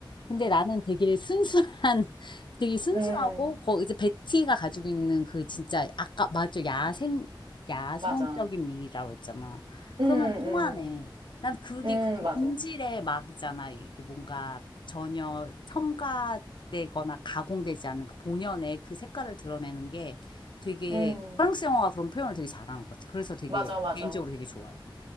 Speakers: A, on the left; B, on the right.
A: 근데 나는 되게 순수한 <laughs> 되게 순수하고
B: 음.
A: 거 이제 베티가 가지고 있는 그 진짜 아까 맞죠? 야생 야성적인
B: 맞아.
A: 미라고 했잖아. 그러면
B: 음,
A: 통하네. 난 그게
B: 음,
A: 그
B: 음, 맞아.
A: 본질의 막 있잖아. 이게 뭔가 전혀 첨가 되거나 가공되지 않은 그 본연의 그 색깔을 드러내는 게 되게
B: 음,
A: 프랑스 영화가 그런 표현을 되게 잘하는 것 같아. 그래서 되게
B: 맞아, 맞아.
A: 개인적으로 되게 좋아해.